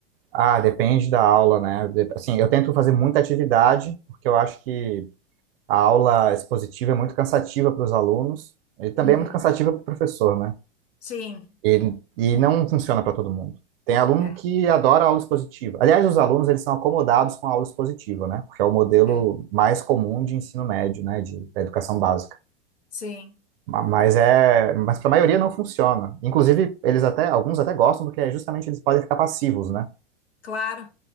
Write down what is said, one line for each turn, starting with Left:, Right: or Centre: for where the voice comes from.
Right: Ah, depende da aula, né? De- Assim, eu tento fazer muita atividade, porque eu acho que a aula expositiva é muito cansativa para os alunos e também
Left: Uhum.
Right: é muito cansativa para o professor, né?
Left: Sim,
Right: E, e não funciona para todo mundo. Tem aluno
Left: é,
Right: que adora aula expositiva. Aliás, os alunos eles são acomodados com a aula expositiva, né? Porque é o modelo
Left: é,
Right: mais comum de ensino médio, né? De, da educação básica.
Left: sim.
Right: Ma- Mas é, mas para a maioria não funciona. Inclusive, eles até, alguns até gostam porque é justamente eles podem ficar passivos, né?
Left: Claro,